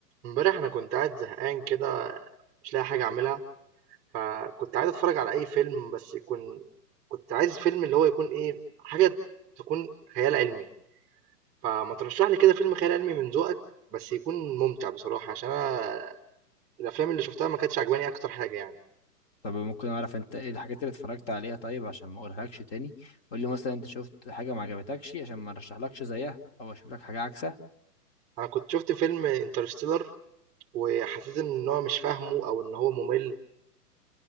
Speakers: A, on the right (about 15°); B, on the left (about 35°).
A: امبارح انا كنت قاعد زهقان كده مش لاقي حاجه اعملها فكنت عايز اتفرج على اي فيلم بس يكون كنت عايز فيلم اللي هو يكون ايه حاجه تكون خيال علمي فما ترشح لي كده فيلم خيال علمي من ذوقك بس يكون ممتع بصراحه عشان انا الافلام اللي شفتها ما كانتش عجباني اكتر حاجه يعني
B: طب ممكن اعرف انت ايه الحاجات اللي اتفرجت عليها طيب عشان ما اقولهالكش تاني قول لي مثلا انت شفت حاجه ما عجبتكش عشان ما ارشحلكش زيها او اشوف لك حاجه عكسها
A: انا كنت شفت فيلم انترستيلر وحسيت ان هو مش فاهمه او ان هو ممل